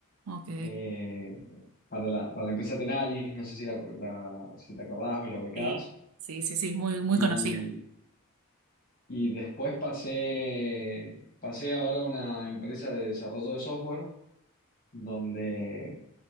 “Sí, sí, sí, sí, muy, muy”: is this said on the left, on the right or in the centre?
Right